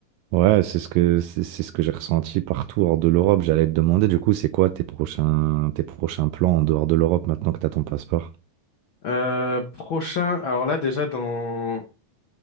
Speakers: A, on the right; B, on the left.
A: Ouais, c'est ce que, c'est c'est ce que j'ai ressenti partout hors de l'Europe. J'allais te demander, du coup, c'est quoi tes prochains, tes prochains plans en dehors de l'Europe maintenant que tu as ton passeport?
B: Euh, prochain, alors là déjà dans